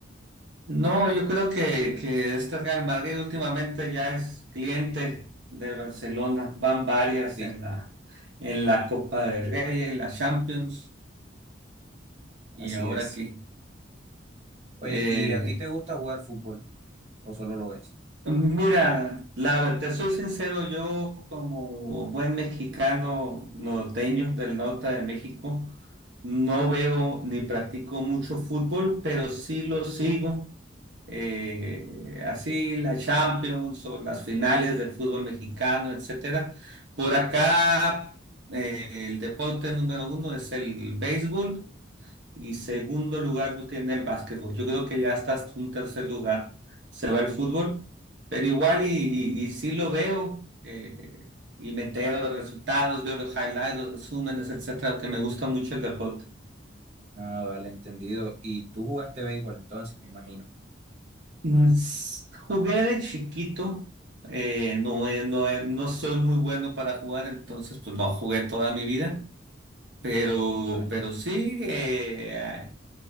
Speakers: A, on the right (about 60°); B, on the right (about 35°).
A: No, yo creo que, que este Real Madrid últimamente ya es cliente de Barcelona, van varias
B: Sí,
A: en la, en la Copa del Rey, en la Champions y
B: así
A: ahora
B: es.
A: aquí.
B: Oye,
A: Eh,
B: ¿y a ti te gusta jugar fútbol o solo lo ves?
A: Mira, la, te soy sincero, yo como buen mexicano norteño del norte de México, no veo ni practico mucho fútbol, pero sí lo sigo. eh, así la Champions o las finales del fútbol mexicano, etcétera. Por acá, eh, el deporte número uno es el béisbol. Y segundo lugar lo tiene el básquetbol. Yo creo que ya estás un tercer lugar. Se va el fútbol, pero igual y, y, y sí lo veo. eh, y me entero de los resultados, veo los highlights, los resúmenes, etcétera, que me gusta mucho el deporte.
B: Ah, vale, entendido. Y tú jugaste béisbol entonces, me imagino.
A: Mm, s- Jugué de chiquito. eh, no, he- no, he- no soy muy bueno para jugar, entonces pues no jugué toda mi vida. Pero,
B: Vale.
A: pero sí, eh,